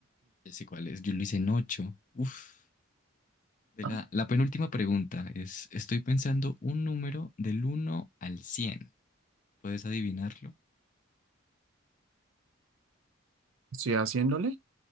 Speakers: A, on the left; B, on the right.
A: Ya sé cuál es. Yo lo hice en ocho. Uf. De
B: Ah,
A: la, la penúltima pregunta es, estoy pensando un número del uno al 100. ¿Puedes adivinarlo?
B: Estoy haciéndole.